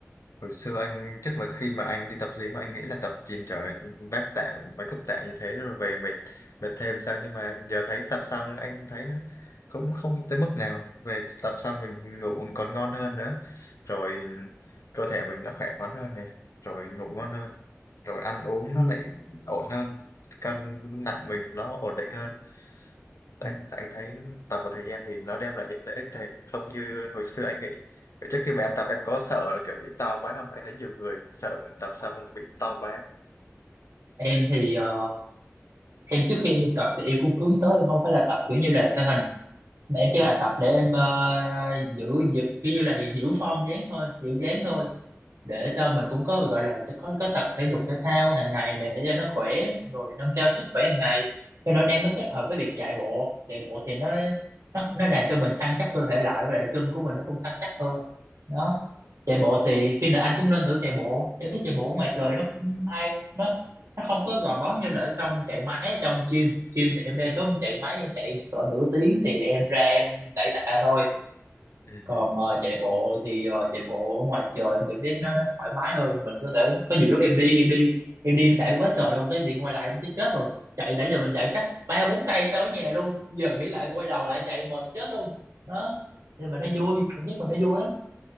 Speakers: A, on the left (about 80°); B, on the right (about 80°).
A: hồi xưa anh trước mà khi mà anh đi tập gym anh nghĩ là tập gym trời vác tạ mấy cúc tạ như thế rồi về mệt mệt thêm sao nhưng mà giờ thấy tập xong anh thấy nó cũng không tới mức nào về tập xong mình ngủ còn ngon hơn nữa rồi cơ thể mình nó khỏe khoắn hơn nè rồi ngủ ngon hơn rồi ăn uống nó
B: Ừ.
A: lại ổn hơn cân nặng mình nó ổn định hơn đấy
B: Ừ.
A: anh thấy tập một thời gian thì nó đem lại những lợi ích thầy không như hồi xưa anh nghĩ Vậy trước khi mà em tập em có sợ là kiểu bị to quá không anh thấy nhiều người sợ tập xong bị to quá
B: em thì ờ, em trước khi em đi tập thì em cũng hướng tới em không phải là tập kiểu như là thể hình mà em chỉ là
A: ừ.
B: tập để em ờ, giữ giữ kiểu như là giữ form dáng thôi giữ dáng thôi để cho mình cũng có gọi là có có tập thể dục thể thao hàng ngày này để cho nó khỏe rồi nâng cao sức khỏe hàng ngày cho nên em mới kết hợp với việc chạy bộ chạy bộ thì nó nó nó làm cho mình săn chắc cơ thể lại với lại chân của mình nó cũng săn chắc hơn đó chạy bộ thì khi nào anh cũng nên thử chạy bộ em thấy chạy bộ ở ngoài trời nó cũng hay nó nó không có gò bó như là ở trong chạy máy ở trong gym gym thì em đa số em chạy máy em chạy cỡ nửa tiếng thì em ra em đẩy tạ thôi
A: Ừ.
B: còn ờ, chạy bộ thì ờ, chạy bộ ở ngoài trời em cảm giác nó nó thoải mái hơn mình có thể có nhiều lúc em đi em đi em đi em chạy quá trời luôn cái điện quay lại em chết chết rồi chạy nãy giờ mình chạy cách ba bốn cây sau ở nhà luôn giờ nghĩ lại quay đầu lại chạy mệt chết luôn đó nhưng mà nó vui cảm giác mình nó vui lắm